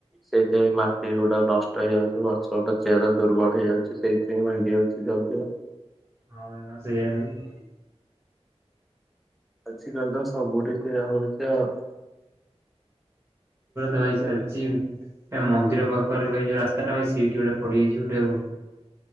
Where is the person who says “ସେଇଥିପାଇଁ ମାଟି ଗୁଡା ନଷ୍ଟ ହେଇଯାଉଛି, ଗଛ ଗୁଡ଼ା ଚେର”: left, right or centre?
Centre